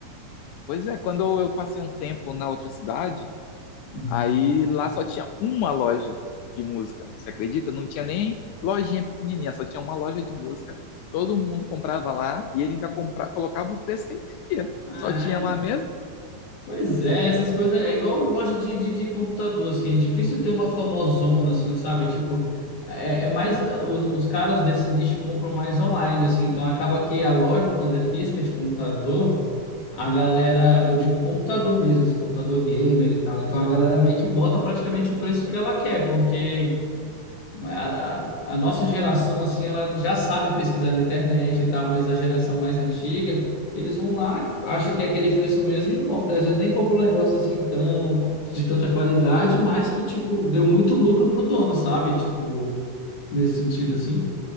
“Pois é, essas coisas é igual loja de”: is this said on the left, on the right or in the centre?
Left